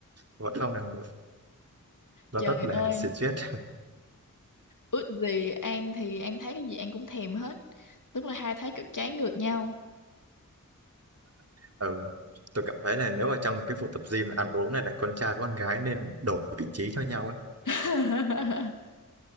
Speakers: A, on the right (about 50°); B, on the left (about 70°).
A: vẫn không làm được nó
B: Trời
A: rất là
B: ơi,
A: stress
B: ước gì An thì An thấy cái gì An cũng thèm hết. Tức là hai thấy cực trái ngược nhau.
A: <laughs> ừ. tôi cảm thấy là nếu mà trong cái vụ tập gym là ăn uống này là con trai với con gái nên đổi vị trí cho nhau ấy
B: <laughs>